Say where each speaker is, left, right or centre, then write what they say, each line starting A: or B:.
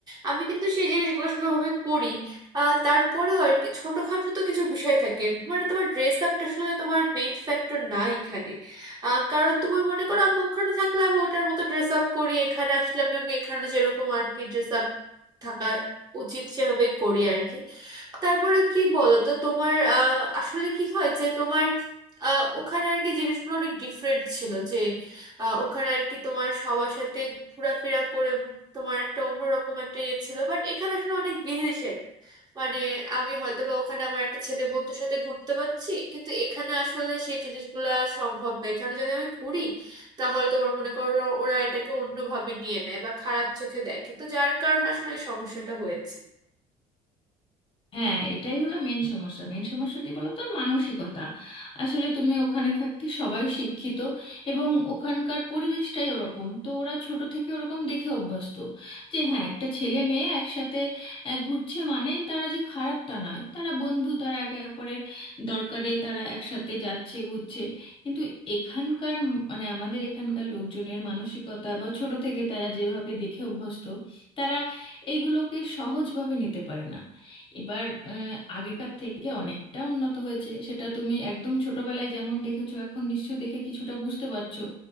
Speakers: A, on the right; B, on the left.
A: আমি কিন্তু সেই জিনিসগুলো সেভাবে করি আহ তারপরেও আর কি ছোটখাটো তো কিছু বিষয় থাকে মানে তোমার ড্রেস আপটা আসলে তোমার মেইন ফ্যাক্টর না এখানে আহ কারণ তুমি মনে করো আমি ওখানে থাকলে আমি ওটার মতো ড্রেস আপ করি এখানে আসলে আমি আমি এখানে যেরকম আর কি ড্রেস আপ থাকা উচিত সেভাবে করি আর কি তারপরে কি বলতো তোমার আহ, আসলে কি হয় যে তোমার আহ, ওখানে আর কি জিনিসগুলো অনেক ডিফারেন্ট ছিল যে আহ, ওখানে আর কি তোমার সবার সাথে ঘোরাফেরা করে তোমার একটা অন্যরকম একটা ইয়ে ছিল বাট এখানে আসলে অনেক বিধিনিষেধ মানে আমি হয়তো বা ওখানে আমার একটা ছেলে বন্ধুর সাথে ঘুরতে পারছি কিন্তু এখানে আসলে সেই জিনিসগুলা সম্ভব না এখানে যদি আমি ঘুরি তাহলে তোমার মনে করো ওরা এটাকে অন্যভাবে নিয়ে নেয় বা খারাপ চোখে দেখে তো যার কারণে আসলে এই সমস্যাটা হয়েছে
B: হ্যাঁ এটাই হলো মেন সমস্যা মেন সমস্যা কি বলতো মানসিকতা আসলে তুমি ওখানে থাকতে সবাই শিক্ষিত এবং ওখানকার পরিবেশটাই ওরকম তো ওরা ছোট থেকে ওরকম দেখে অভ্যস্ত যে হ্যাঁ একটা ছেলে মেয়ে একসাথে আহ, ঘুরছে মানেই তারা যে খারাপ তা নয় তারা বন্ধু তারা একে অপরের দরকারে তারা একসাথে যাচ্ছে ঘুরছে কিন্তু এখানকার উম, মানে আমাদের এখানকার লোকজনের মানসিকতা বা ছোট থেকে তারা যেভাবে দেখে অভ্যস্ত তারা এইগুলোকে সহজভাবে নিতে পারে না এবার আহ, আগেকার থেকে অনেকটা উন্নত হয়েছে সেটা তুমি একদম ছোটবেলায় যেমন দেখেছো এখন নিশ্চয়ই দেখে কিছুটা বুঝতে পারছো